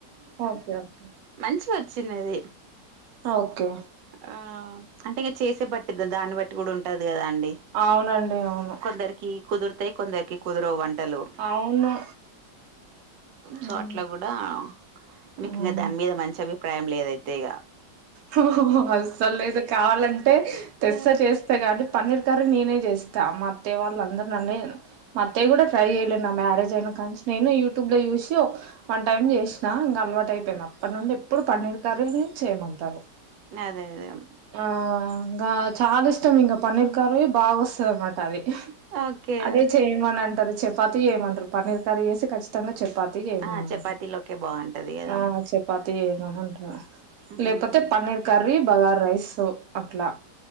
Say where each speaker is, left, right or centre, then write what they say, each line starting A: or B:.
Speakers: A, on the right; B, on the right.
A: ఓకే ఓకే
B: మంచిగా వచ్చినది
A: ఓకే
B: ఆ అంటే ఇంకా చేసే బట్టి దాన్ని బట్టి కూడా ఉంటది కదా అండి
A: అవునండి అవును
B: కొందరికి కుదురుతాయి కొందరికి కుదరవు వంటలు
A: అవును హ్మ్.
B: సో అట్లా కూడా మీకు
A: హ్మ్.
B: ఇంకా దాని మీద మంచి అభి ప్రాయం లేదైతే ఇగ
A: హు హు హు అస్సల్లేదు కావాలంటే తెస్స
B: ఆ!
A: చేస్త గానీ పన్నీర్ కర్రీ నేనే జేస్తా మా అత్తేవాళ్ళందర్ నన్నే మత్తయ్ గూడా ట్రై చేయలే నా మ్యారేజ్ అయిన కాంచ్ నేను యూట్యూబ్ లో చూస్యో వన్ టైమ్ చేష్ణా ఇంగలవాట్ అయిపోయింద్ అప్ప నుండ్ ఎప్పుడు పన్నీరు కర్రీని చేయమంటారు
B: న్యదే అదేం
A: ఆ ఇంగా చాలిష్టం ఇంగ పనీర్ కర్రీ బాగ్ ఒస్తదన్మాటది
B: ఓకే.
A: అదే చేయమన్ అంటరు చపాతి చేయమంటరు పన్నీర్ కర్రి చేస్తె ఖచ్చితంగా చపాత్ తి చేయమన్
B: ఆ చపాతీలోకే
A: అంటు
B: బాగుంటది కదా
A: ఆ చపాతి చేయమనంటున
B: హ్మ్.
A: పతే పన్నీర్ కర్రీ బగార్ రైస్ అట్లా